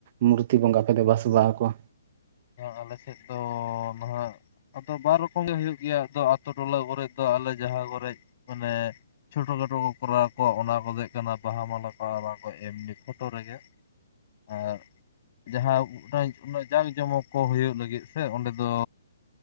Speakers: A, on the right; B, on the left.
A: ᱢᱩᱨᱛᱤ ᱵᱚᱸᱜᱟ ᱯᱮ ᱫᱮᱵᱟ ᱥᱮᱵᱟ ᱟᱠᱚᱣᱟ
B: ᱟᱞᱮ ᱥᱮᱫ ᱫᱚ ᱱᱟᱦᱟᱜ ᱟᱫᱚ ᱵᱟᱨ ᱨᱚᱠᱚᱢ ᱜᱮ ᱦᱩᱭᱩᱜ ᱜᱮᱭᱟ ᱟᱹᱛᱩ ᱴᱚᱞᱟ ᱠᱚᱨᱮᱜ ᱫᱚ ᱾ ᱟᱞᱮ ᱡᱟᱦᱟ ᱠᱚᱨᱮᱜ ᱢᱟᱱᱮ ᱪᱷᱳᱴᱳ ᱠᱷᱟᱴᱳ ᱠᱚ ᱠᱚᱨᱟᱣ ᱟᱠᱚ ᱾ ᱚᱱᱟ ᱠᱚ ᱫᱚ ᱦᱩᱭᱩᱜ ᱠᱟᱱᱟ ᱵᱟᱦᱟ ᱢᱟᱞᱟ ᱠᱚ ᱚᱱᱟ ᱠᱚ ᱮᱢᱱᱤ ᱯᱷᱳᱴᱳ ᱨᱮᱜᱮ ᱾ <unintelligible> ᱟᱨ ᱡᱟᱦᱟᱸ <unintelligible> ᱡᱟᱠ ᱡᱚᱢᱚᱠ <unintelligible> ᱠᱚ ᱦᱩᱭᱩᱜ ᱞᱟᱹᱜᱤᱫ ᱥᱮ ᱚᱸᱰᱮ ᱫᱚ